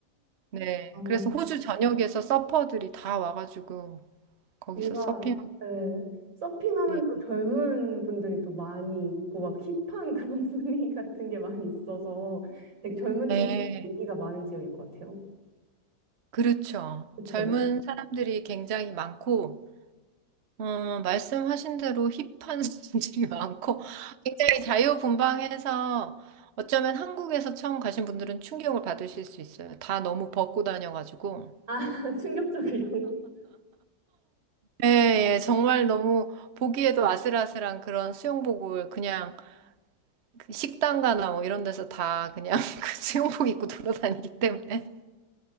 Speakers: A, on the right; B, on the right.
A: 네.
B: 아,
A: 그래서 호주 전역에서 서퍼들이 다 와가지고 거기서
B: 뭔가
A: 서핑.
B: 예, 서핑하면
A: 네.
B: 또 젊은 분들이 또 많이 있고 막 힙한 그런 <laughs> 분위기 같은 게 많이 있어서 되게 젊은
A: 네.
B: 친구 인기가 많은 지역일 것 같아요.
A: 그렇죠.
B: 그쵸?
A: 젊은 사람들이 굉장히 많고 어, 말씀하신 대로 힙한 <laughs> 사람들이 많고 굉장히 자유분방해서 어쩌면 한국에서 처음 가신 분들은 충격을 받으실 수 있어요. 다 너무 벗고 다녀가지고.
B: 아, <laughs> 충격적일
A: 예, 예, 정말 너무 보기에도 아슬아슬한 그런 수영복을 그냥 그 식당 가나 뭐 이런 데서 다 그냥 <laughs> 그 수영복 입고 돌아다니기 때문에